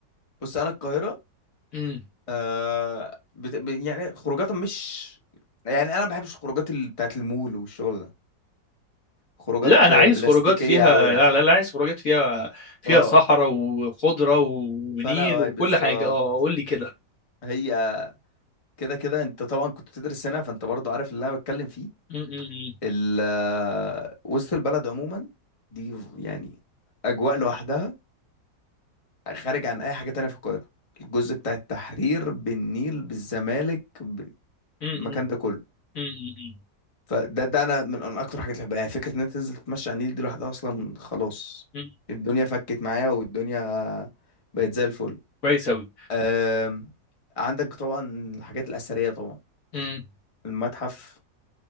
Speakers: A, on the left; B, on the left.
A: بص أنا القاهرة
B: امم
A: آه بت... ب... يعني خروجات مش يعني أنا ما بحبش الخروجات ال... بتاعت المول والشغل ده خروجات
B: لا انا
A: آه،
B: عايز
A: بلاستيكية
B: خروجات فيها
A: أوي يعني
B: لا لا لا عايز خروجات فيها فيها
A: اه
B: صحراء وخضره ونيل
A: فأنا اه
B: وكل
A: بالظبط
B: حاجه اه قول لي كده
A: هي كده كده أنت طبعا كنت بتدرس هنا فأنت برضو عارف اللي أنا بتكلم فيه
B: أمم، أمم،
A: ال... آه، وسط البلد عموما دي يعني أجواء لوحدها خارج عن اي حاجه تانية في القاهره الجزء بتاع التحرير بالنيل بالزمالك ب-
B: أمم،
A: المكان ده كله
B: أمم، أمم،
A: فده ده انا من من اكتر حاجات اللي بحبها يعني فكره ان انت تنزل تتمشى على النيل دي لوحدها اصلا خلاص
B: أمم.
A: الدنيا فكت معايا والدنيا بقت زي الفل
B: كويس أوي
A: آم، عندك طبعا الحاجات الاثريه طبعا
B: امم
A: المتحف